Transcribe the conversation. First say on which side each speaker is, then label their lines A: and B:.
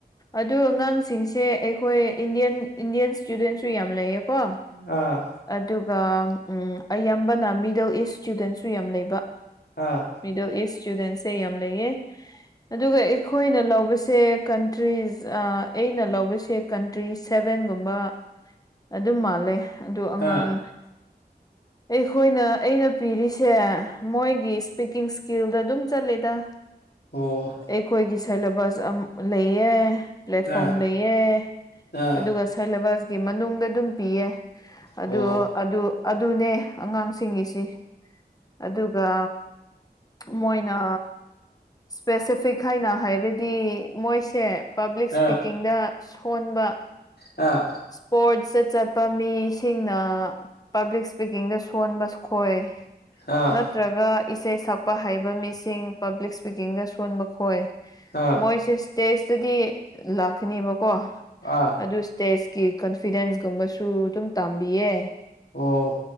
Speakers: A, on the left; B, on the left.
A: ꯑꯗꯨ ꯑꯉꯥꯡꯁꯤꯡ ꯁꯦ ꯑꯩꯈꯣꯏ ꯏꯟꯗꯤꯌꯟ ꯏꯟꯗꯤꯌꯟ ꯏꯁꯇꯨꯗꯦꯟꯁꯨ ꯌꯥꯝ ꯂꯩꯌꯦ ꯀꯣ
B: ꯑꯥ
A: ꯑꯗꯨꯒ ꯎꯝ ꯑꯌꯥꯝꯕꯅ ꯃꯤꯗꯜ ꯏꯁ ꯏꯁꯇꯨꯗꯦꯟꯁꯨ ꯌꯥꯝ ꯂꯩꯕ
B: ꯑꯥ
A: ꯃꯤꯗꯜ ꯏꯁ ꯏꯁꯇꯨꯗꯦꯟꯁꯦ ꯌꯥꯝ ꯂꯩꯌꯦ ꯑꯗꯨꯒ ꯑꯩꯈꯣꯏꯅ ꯂꯧꯕꯁꯦ ꯀꯟꯇ꯭ꯔꯤꯁ ꯑ ꯑꯩꯅ ꯂꯧꯕꯁꯦ ꯀꯟꯇ꯭ꯔꯤꯁ ꯁꯦꯕꯦꯟ ꯒꯨꯝꯕ ꯑꯗꯨꯝ ꯃꯥꯜꯂꯦ ꯑꯗꯨ ꯑꯉꯥꯡ
B: ꯑꯥ <inaudible>
A: ꯑꯩꯈꯣꯏꯅ ꯑꯩꯅ ꯄꯤꯔꯤꯁꯦ ꯃꯣꯏꯒꯤ ꯏꯁꯄꯤꯀꯤꯡ ꯏꯁꯀꯤꯜꯗ ꯑꯗꯨꯝ ꯆꯠꯂꯤꯗ
B: ꯑꯣ
A: ꯑꯩꯈꯣꯏꯒꯤ ꯁꯦꯂꯦꯕꯁ ꯑꯝ ꯂꯩꯌꯦ ꯄ꯭ꯂꯦꯠꯐꯣꯝ
B: ꯑꯥ
A: ꯂꯩꯌꯦ
B: ꯑꯥ
A: ꯑꯗꯨꯒ ꯁꯦꯂꯦꯕꯁꯀꯤ ꯃꯅꯨꯡꯗ ꯑꯗꯨꯝ ꯄꯤꯌꯦ ꯑꯗꯨ
B: ꯑꯣ
A: ꯑꯗꯨ ꯑꯗꯨꯅꯦ ꯑꯉꯥꯡꯁꯤꯡꯒꯤꯁꯤ ꯑꯗꯨꯒ ꯃꯣꯏꯅ ꯄꯦꯁꯤꯐꯤꯛ ꯍꯥꯏꯅ ꯍꯥꯏꯔꯗꯤ ꯃꯣꯏꯁꯦ ꯄꯥꯕ꯭ꯂꯤꯛꯁ ꯏꯁꯄꯤꯀꯤꯡꯗ
B: ꯑꯥ
A: ꯁꯣꯟꯕ
B: ꯑꯥ
A: ꯏꯁꯄꯣꯔꯠꯁ ꯆꯠ ꯆꯠꯄ ꯃꯤ ꯁꯤꯡꯅ ꯄꯥꯕ꯭ꯂꯤꯛ ꯏꯁꯄꯤꯀꯤꯡꯗ ꯁꯣꯟꯕ ꯈꯣꯏ
B: ꯑꯥ
A: ꯅꯠꯇ꯭ꯔꯒ ꯏꯁꯩ ꯁꯛꯄ ꯍꯩꯕ ꯃꯤꯁꯤꯡ ꯄꯥꯕ꯭ꯂꯤꯛ ꯏꯁꯄꯤꯀꯤꯡꯗ ꯁꯣꯟꯕ ꯈꯣꯏ
B: ꯑꯥ
A: ꯃꯣꯏꯁꯦ ꯏꯁꯇꯦꯖꯇꯗꯤ ꯂꯥꯛꯀꯅꯦꯕꯀꯣ
B: ꯑꯥ
A: ꯑꯗꯨ ꯏꯁꯇꯦꯖ ꯀꯤ ꯀꯟꯐꯤꯗꯦꯟꯁꯀꯨꯝꯕꯁꯨ ꯑꯗꯨꯝ ꯇꯝꯕꯤꯌꯦ
B: ꯑꯣ